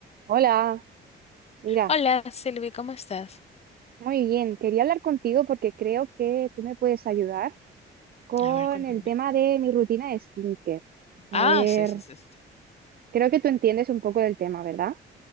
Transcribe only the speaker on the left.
Hola, Silvi, ¿cómo estás?
A ver, cuéntame.
Ah,
sí, sí, sí. sí.